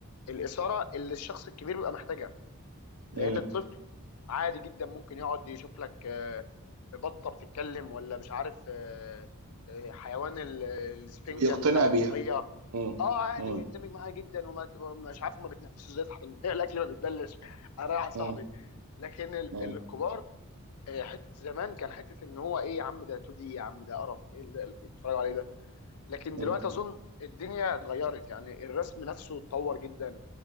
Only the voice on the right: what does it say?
مم.
ويقتنع
بيها
مم.
مم.
مم.
مم.
مم.